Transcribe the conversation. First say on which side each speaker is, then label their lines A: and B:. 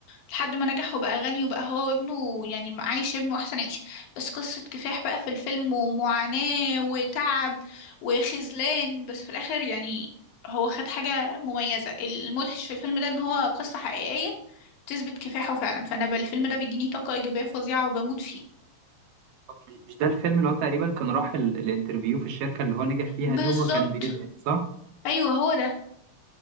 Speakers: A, on the left; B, on the right.
A: لحد ما نجح وبقى غني وبقى هو وابنه يعني عايش ابنه أحسن عيشة بس قصة كفاح بقى في الفيلم ومعاناة وتعب وخذلان بس في الآخر يعني هو خد حاجة مميزة المدهش في الفيلم ده ان هو قصة حقيقية تثبت كفاحه فعلا فانا بالفيلم ده بيديني طاقة ايجابية فظيعة وبموت فيه
B: هو مش مش ده الفيلم اللي هو تقريبا كان راح ال- الانترفيو في الشركة اللي هو نجح فيها
A: بالظبط
B: دي وهو كان بيدعي صح؟
A: ايوه هو ده